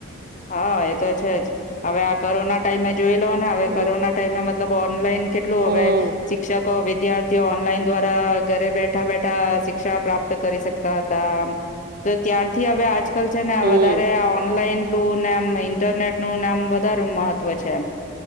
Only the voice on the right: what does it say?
હમ
હમ
હમ